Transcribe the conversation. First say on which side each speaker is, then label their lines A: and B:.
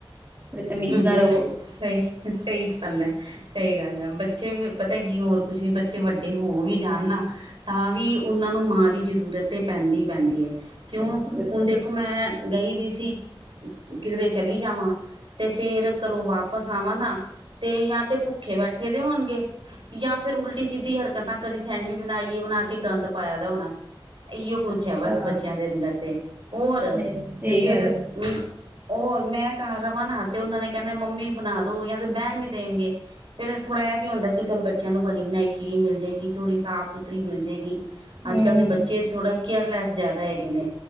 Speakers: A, on the right; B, on the right.
A: ਥੋੜੀ ਤਮੀਜ਼
B: ਹ-ਹ
A: ਨਾ ਰਹੋ
B: ਸਈ-ਸਈ ਖਲ ਐ। ਸਹੀ ਗੱਲ ਐ। ਬੱਚੇ ਪਤਾ ਕੀ ਹੋਰ ਕੁਛ ਨੀ ਬੱਚੇ ਵੱਡੇ ਹੋ ਵੀ ਜਾਣ ਨਾ ਤਾਂ ਵੀ ਉਹਨਾਂ ਨੂੰ ਮਾਂ ਦੀ ਜਰੂਰਤ ਤੇ ਪੈਂਦੀ-ਪੈਂਦੀ ਏ। ਕਿਉਂ,
A: ਬਿਲਕੁਲ ਬਿਲਕੁਲ
B: ਹੁਣ ਦੇਖੋ ਮੈਂ ਗਈ ਦੀ ਸੀ। ਕਿਧਰੇ ਚਲੀ ਜਾਵਾਂ ਤੇ ਫੇਰ ਘਰੋਂ ਵਾਪਸ ਆਵਾਂ ਨਾ, ਤੇ ਯਾ ਤੇ ਭੁੱਖੇ ਬੈਠੇ ਦੇ ਹੋਣਗੇ। ਯਾਂ ਫਿਰ ਉਲਟੀ ਸਿੱਧੀ ਹਰਕਤਾਂ ਕਦੀ ਸੈਂਡਵਿਚ ਬਣਾ ਈਏ ਬਣਾ ਕੇ ਗੰਦ ਪਾਇਆ ਦਾ ਹੋਣੈ। ਅਇਔ ਕੁਛ
A: ਅੱਛਾ
B: ਹੈ ਬਸ ਬੱਚਿਆਂ ਦੇ ਅੰਦਰ ਤੇ, ਹੋਰ,
A: ਨਹੀਂ ਨਹੀਂ ਸਹੀ
B: ਤੇ ਫੇਰ
A: ਗੱਲ
B: ਅਮ
A: ਹੈ
B: ਹੋਰ ਮੈਂ ਘਰ ਰਵਾਂ ਨਾ ਤੇ ਉਹਨਾਂ ਨੇ ਕਹਿੰਦੇ ਮੰਮੀ ਬਣਾ ਦੋ ਯਾਂ ਤੇ ਬਹਿਣ ਨੀ ਦੇਣਗੇ। ਫਿਰ ਥੋੜ੍ਹਾ ਇਹ ਵੀ ਹੁੰਦਾ ਕਿ ਚੱਲ ਬੱਚਿਆਂ ਨੂੰ ਬਣੀ ਬਣਾਈ ਚੀਜ਼ ਮਿਲ ਜੇਗੀ, ਥੋੜ੍ਹੀ ਸਾਫ਼ ਸੁਥਰੀ ਮਿਲ ਜੇਗੀ।
A: ਹੂੰ
B: ਅੱਜ ਕੱਲ ਦੇ ਬੱਚੇ ਥੋੜਾ ਕੇਅਰਲੈਸ ਜ਼ਿਆਦਾ ਹੈਗੇ ਨੇ,